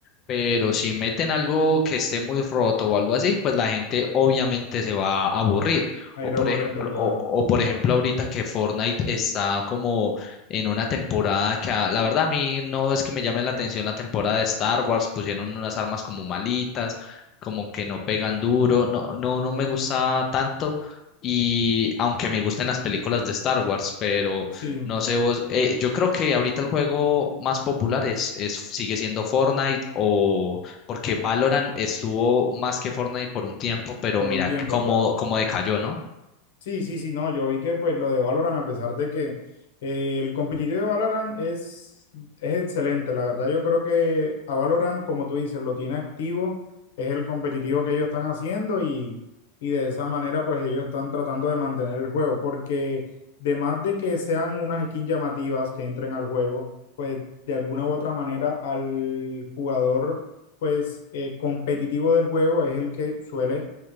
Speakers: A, on the left; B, on the left.
A: Pero si meten algo que esté muy roto o algo así, pues la gente obviamente se va a aburrir.
B: A
A: O
B: ir
A: por
B: aburriendo,
A: ejemplo,
B: claro.
A: o, o por ejemplo ahorita que Fortnite está como en una temporada que a- la verdad a mí no es que me llame la atención la temporada de Star Wars, pusieron unas armas como malitas, como que no pegan duro, no, no, no me gusta tanto. Y aunque me gusten las películas de Star Wars, pero
B: Sí,
A: no sé vos, eh, yo creo que ahorita el juego más popular es, es sigue siendo Fortnite o porque Valorant estuvo más que Fortnite por un tiempo, pero
B: por
A: mira
B: un tiempo,
A: cómo,
B: claro.
A: cómo decayó, ¿no?
B: Sí, sí, sí, no, yo vi que pues lo de Valorant, a pesar de que eh, el competitivo de Valorant es, es excelente, la verdad yo creo que a Valorant, como tú dices, lo tiene activo, es el competitivo que ellos están haciendo y, y de esa manera pues ellos están tratando de mantener el juego, porque además de que sean unas skins llamativas que entren al juego, pues de alguna u otra manera al jugador pues eh, competitivo del juego es el que suele